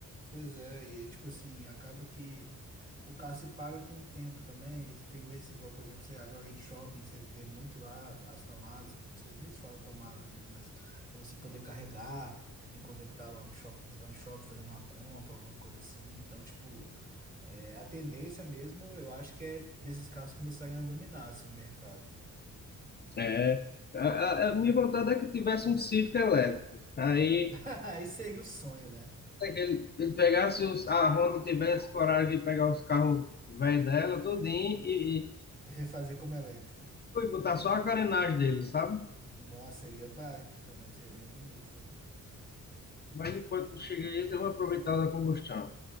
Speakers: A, on the right (about 25°); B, on the left (about 30°).
A: Pois é, e tipo assim, acaba que o carro se paga com o tempo também. Tem vezes igual, por exemplo, você agora em shopping, você vê muito lá as tomadas, não sei nem se fala tomada mesmo, mas pra você poder carregar enquanto ele tá lá no shopping, enquanto tá no shopping fazendo uma compra, alguma coisa assim. Então, tipo, é, a tendência mesmo, eu acho que é desses carros começarem a dominar assim, o mercado.
B: É. A, a, a minha vontade é que tivesse um Civic elétrico. Aí
A: <laughs> Aí seria o sonho, né?
B: É que ele, ele pegasse os, a Honda tivesse coragem de pegar os carros velhos dela, tudinho, e, e,
A: Refazer como elétrico.
B: e botar só a carenagem dele, sabe?
A: Nossa, seria baita também, seria bem bonito, né?
B: Mas enquanto chega aí, eles vão aproveitar da combustão.